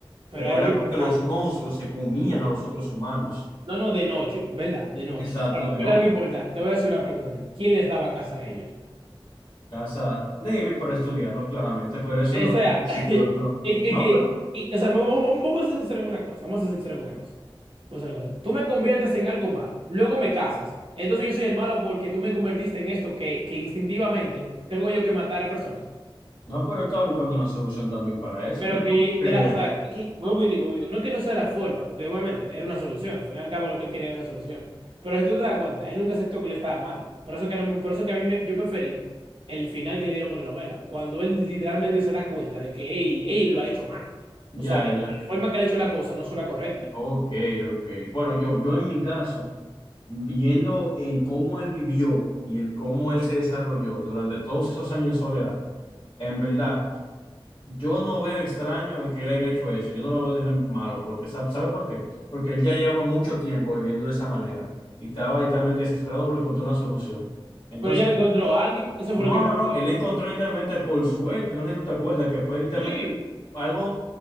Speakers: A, on the right; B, on the left.
A: Pero
B: pero
A: hay algo
B: era porque
A: importante.
B: los monstruos se comían a los otros humanos.
A: No, no, de noche, ¿verdad? De noche.
B: Exacto,
A: Pero recuerda
B: de noche.
A: algo importante. Te voy a hacer una pregunta a ti. ¿Quién les daba casa a ellos?
B: casa débil para estudiarlos, claramente, pero eso
A: Eh,
B: no
A: O sea,
B: quiere decir
A: <laughs>
B: que
A: eh,
B: los otros.
A: eh,
B: No,
A: que-
B: No, pero,
A: que- o sea, vamos, vamos- vamos a ser sinceros en una cosa, vamos a ser sinceros en una cosa. Vamos a hacer una cosa. Tú me conviertes en algo malo, luego me casas. Entonces yo soy el malo porque tú me convertiste en esto que, que instintivamente tengo yo que matar a personas.
B: no, pero estaba buscando una solución también para eso.
A: Pero
B: No es
A: que,
B: como que
A: de la, o sea, que, vuelvo y digo, vuelvo y digo, no es que no sea la forma, porque obviamente era una solución, al final y al cabo lo que él quería era una solución. Pero si tú te das cuenta, él nunca aceptó que le estaba mal. Por eso que, no me- por eso que a mí me- yo preferí el final que le dieron con la novela, cuando él literalmente se da cuenta de que él, él lo ha hecho mal.
B: ya,
A: O sea, de
B: ya.
A: que la forma que le ha hecho la cosa no fue la correcta.
B: Ok, ok. Bueno, yo, yo en mi caso, viendo el cómo él vivió y el cómo él se desarrolló durante todos esos años en soledad, en verdad, yo no veo extraño el que él haya hecho eso. Yo no lo veo de malo, porque ¿sabe, sabe por qué? Porque él ya llevaba mucho tiempo viviendo de esa manera y estaba literalmente desesperado por encontrar una solución. Entonces,
A: Pero ya le encontró a alguien, eso
B: No,
A: fue lo que me
B: no,
A: dolió.
B: no, él la encontró literalmente por suerte, no sé si tú te acuerdas, que fue literalmente
A: Sí,
B: algo,